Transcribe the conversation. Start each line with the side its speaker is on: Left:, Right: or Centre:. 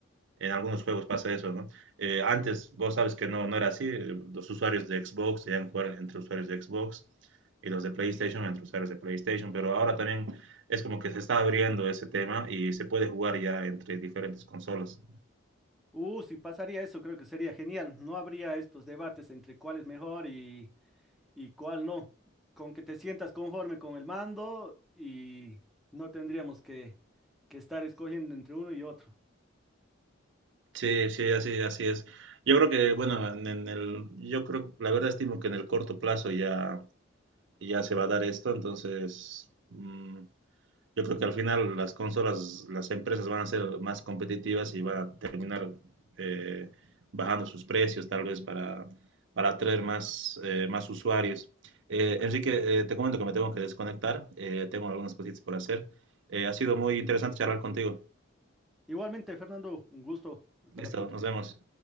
Right: En algunos juegos pasa eso, ¿no? Eh, antes vos sabes que no, no era así. Los usuarios de Xbox debían jugar entre usuarios de Xbox y los de PlayStation entre usuarios de PlayStation, pero ahora también es como que se está abriendo ese tema y se puede jugar ya entre diferentes consolas.
Centre: Uh, si pasaría eso, creo que sería genial. No habría estos debates entre cuál es mejor y, y cuál no. Con que te sientas conforme con el mando y no tendríamos que, que estar escogiendo entre uno y otro.
Right: Sí, sí, así, así es. Yo creo que, bueno, en en el, yo creo, la verdad estimo que en el corto plazo ya, ya se va a dar esto, entonces mm, Yo creo que al final las consolas, las empresas van a ser más competitivas y van a terminar eh, bajando sus precios tal vez para, para atraer más, eh, más usuarios. Eh, Enrique, eh, te comento que me tengo que desconectar, eh, tengo algunas cositas por hacer. Eh, ha sido muy interesante charlar contigo.
Centre: Igualmente, Fernando, un gusto. Hasta
Right: Listo,
Centre: la próxima.
Right: nos vemos.